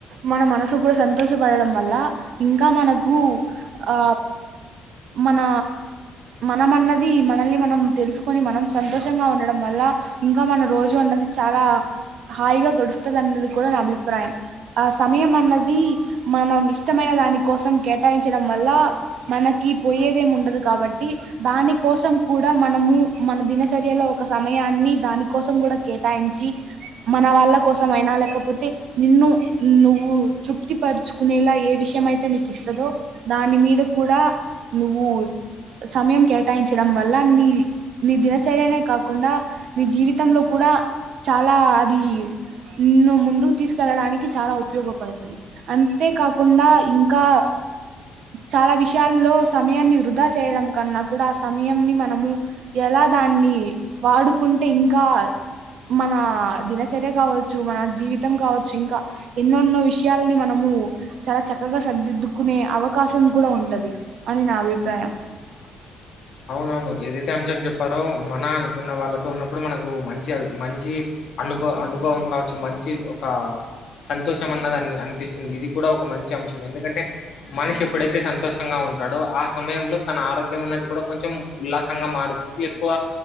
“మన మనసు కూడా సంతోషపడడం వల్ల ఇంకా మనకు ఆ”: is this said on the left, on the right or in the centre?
Right